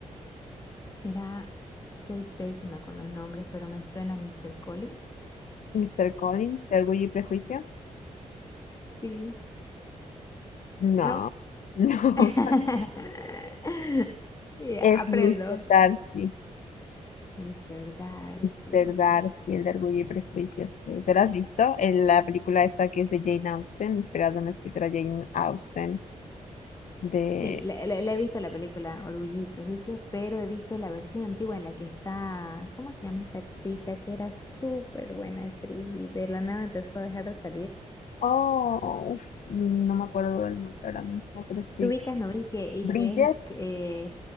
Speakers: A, on the left; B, on the left.
A: Mira, soy pésima con los nombres, pero me suena Mr. Collins.
B: ¿Mr. Collins de Orgullo y Prejuicio?
A: Sí,
B: No,
A: ¿no?
B: <laughs> no,
A: <laughs> Ya,
B: es
A: aprendo.
B: Mr. Darcy.
A: Mr. Darcy,
B: Mr.
A: ok,
B: Darcy,
A: ok.
B: el de Orgullo y prejuicios. sí. ¿Te lo has visto? En la película esta que es de Jane Austen, inspirada en la escritora Jane Austen, de...
A: Sí, le, le- le he visto la película Orgullo y Prejuicios, pero he visto la versión antigua en la que está, ¿cómo se llama esta chica que era súper buena actriz y de la nada empezó a dejar de salir?
B: Oh, uf, no me acuerdo del nombre ahora mismo, pero sí.
A: ¿Te ubicas, no ves? Y que, y
B: Bridget.
A: que es, eh,